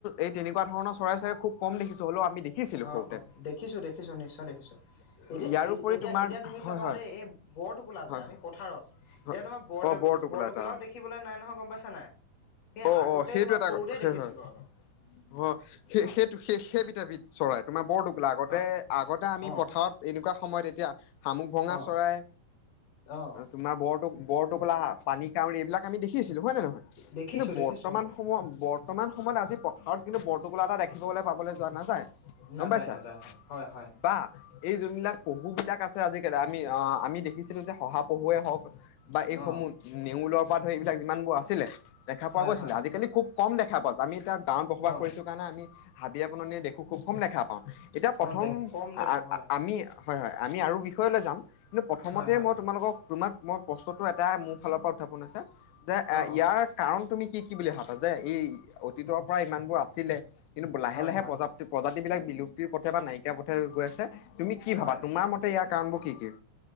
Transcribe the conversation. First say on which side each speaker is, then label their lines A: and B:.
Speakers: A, on the left; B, on the left.
A: এই তেনেকুৱা ধৰণৰ চৰাই চাগে খুব কম দেখিছোঁ হ'লেও আমি দেখিছিলোঁ
B: অ
A: সৰুতে
B: অ, দেখিছো দেখিছো নিশ্চয় দেখিছো। এতিয়া
A: ইয়াৰোপৰি
B: এতিয়া
A: তোমাৰ
B: এতিয়া তুমি
A: হয়
B: চাবা
A: হয়
B: দেই এই বৰটোকোলা
A: হয়
B: যে আমি পথাৰত এতিয়া
A: হয়
B: তোমাৰ বৰ
A: অ বৰটোকোলা
B: বৰটোকোলাও
A: এটা
B: দেখ দেখিবলৈ নাই নহয় গম পাইছা নাই। সেই
A: অ
B: আগতে
A: অ, সেইটো
B: তোমাৰ
A: এটা
B: সৰুতে
A: ক হয়
B: দেখিছিলো
A: হয়
B: আৰু
A: অ সেই
B: অ
A: সেই সেই সেইবিধ এবিধ চৰাই তোমাৰ বৰটোকোলা। আগতে
B: অ
A: আগতে আমি
B: অ
A: পথাৰত এনেকুৱা সময়ত এতিয়া শামুক ভঙা
B: অ
A: চৰাই
B: অ
A: তোমাৰ বৰটো বৰটোকোলা, পানী কাউৰি এইবিলাক আমি দেখিছিলো হয় নে নহয়
B: দেখিছো
A: কিন্তু বৰ্তমান
B: দেখিছো অ
A: সময়ত বৰ্ত বৰ্তমান সময়ত আজি পথাৰত কিন্তু বৰটোকোলা এটা দেখিবলৈ পাবলৈ যোৱা নাযায়। গম
B: নাযায়
A: পাইছা?
B: নাযায় হয় হয় হয়
A: বা এই যোনবিলাক প পহুবিলাক আছে আজিকালি আমি আমি দেখিছিলো যে শহাপহুৱে হওঁক বা এইসমূহ
B: অ
A: নেউলৰ পৰা ধৰি এইবিলাক যিমানবোৰ আছিলে দেখা পোৱা
B: হয়
A: গৈছিলে
B: হয়
A: আজিকালি খুব কম দেখা পোৱা যায়। আমি এতিয়া গাঁৱত বসবাস
B: অ
A: কৰিছো কাৰণে আমি হাবিয়ে-বননিয়ে দেখো খুব কম দেখা পাওঁ। এতিয়া প্ৰথম
B: অ দে কম দেখো
A: আ
B: হয়
A: আমি হয় হয় আমি আৰু বিষয়লৈ যাম। কিন্তু প্ৰথমতে
B: হয় হয়
A: মই তোমালোকক তোমাক মই প্ৰশ্নটো এটা, মোৰ ফালৰ পৰা উত্থাপন হৈছে। যে
B: অ
A: এ ইয়াৰ
B: অ
A: কাৰণ তুমি কি কি বুলি ভাবা যে, এই অতীতৰ পৰা ইমানবোৰ আছিলে। কিন্তু লাহে
B: হয়
A: লাহে
B: হয়
A: প্ৰজাপ্তি প্ৰজাতি বিলাক বিলুপ্তিৰ পথে বা নাইকিয়াৰ পথে গৈ আছে তুমি কি
B: হয়
A: ভাবা তোমাৰ মতে ইয়াৰ কাৰণবোৰ কি কি?